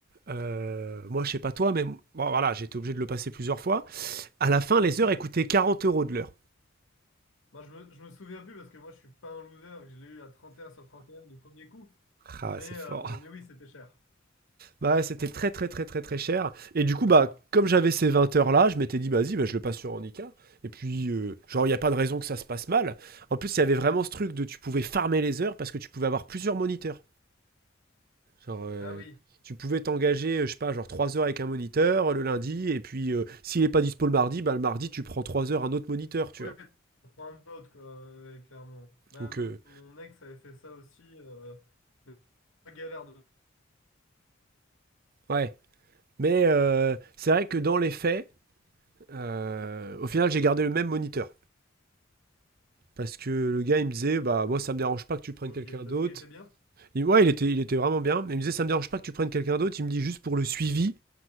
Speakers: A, on the right (about 50°); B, on the left (about 85°).
A: euh, moi, je sais pas toi, mais bon, voilà, j'ai été obligé de le passer plusieurs fois. À la fin, les heures
B: Ouais.
A: elles coûtaient 40 euros de l'heure.
B: Moi, je me, je me souviens plus parce que moi, je suis pas un loser, que je l'ai eu à 31 sur 31 du premier coup.
A: <laughs> ah,
B: Mais,
A: c'est fort.
B: euh, mais oui, c'était cher.
A: Bah, ouais, c'était très très très très très cher. Et
B: Loser.
A: du coup, bah, comme j'avais ces 20 heures là, je m'étais dit, vas-y, bah, je le passe sur Handicap. Et puis, euh, genre, il n'y a pas de raison que ça se passe mal. En plus, il y avait vraiment ce truc de tu pouvais farmer les heures parce que tu pouvais avoir plusieurs moniteurs. Genre, euh,
B: Ah oui.
A: tu pouvais t'engager, euh, je sais pas, genre 3 heures avec un moniteur euh, le lundi. Et puis, euh, s'il n'est pas dispo le mardi, bah, le mardi, tu prends 3 heures un autre moniteur, tu
B: Oui,
A: vois.
B: on prend un autre, quoi, ouais, clairement. Bah,
A: Donc,
B: mon,
A: euh,
B: mon ex avait fait ça aussi. Euh, mais galère de.
A: ouais. Mais euh, c'est vrai que dans les faits, euh, au final, j'ai gardé le même moniteur. Parce que le gars, il me disait, bah, moi, ça me dérange pas que tu prennes
B: Ok,
A: quelqu'un
B: parce
A: d'autre.
B: qu'il était bien?
A: Il- Ouais, il était, il était vraiment bien. Mais il me disait, ça me dérange pas que tu prennes quelqu'un d'autre. Il me dit, juste pour le suivi,